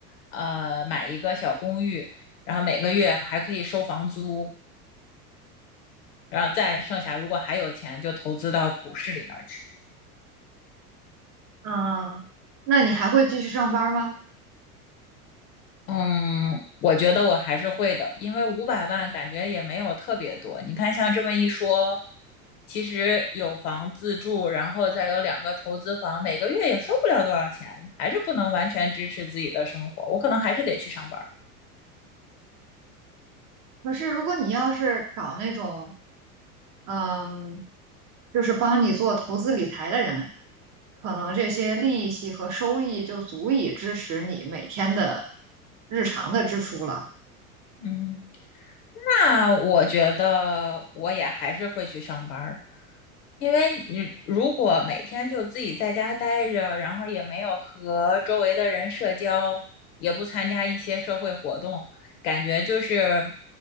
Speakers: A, on the left (about 70°); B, on the right (about 40°).
A: 呃，买一个小公寓，然后每个月还可以收房租，然后再剩下如果还有钱就投资到股市里面去。
B: 嗯，那你还会继续上班儿吗？
A: 嗯，我觉得我还是会的，因为五百万感觉也没有特别多。你看，像这么一说，其实有房自住，然后再有两个投资房，每个月也收不了多少钱，还是不能完全支持自己的生活。我可能还是得去上班儿
B: 可是如果你要是找那种嗯，就是帮你做投资理财的人，可能这些利息和收益就足以支持你每天的日常的支出了。
A: 嗯。那我觉得我也还是会去上班儿，因为你如果每天就自己在家待着，然后也没有和周围的人社交，也不参加一些社会活动，感觉就是